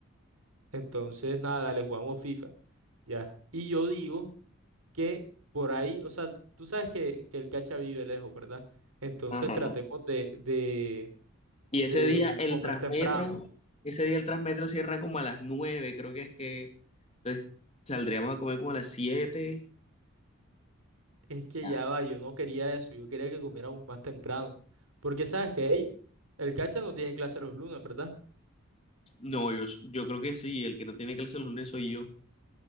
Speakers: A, on the right (about 80°); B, on the left (about 30°).
A: Entonces, nada, dale, jugamos FIFA. Ya. Y yo digo... que por ahí, o sea, tú sabes que, que el cacha vive lejos, ¿verdad? Entonces
B: Ajá.
A: tratemos de, de,
B: Y
A: de
B: ese día el
A: comer
B: Transmetro,
A: temprano.
B: ese día el Transmetro cierra como a las 9 creo que es que. Entonces saldríamos a comer como a las siete
A: Es que
B: Ya.
A: ya va, yo no quería eso, yo quería que comiéramos más temprano. Porque sabes que, hey, el cacha no tiene clase los lunes, ¿verdad?
B: No, yo, yo creo que sí, el que no tiene clase los lunes soy yo.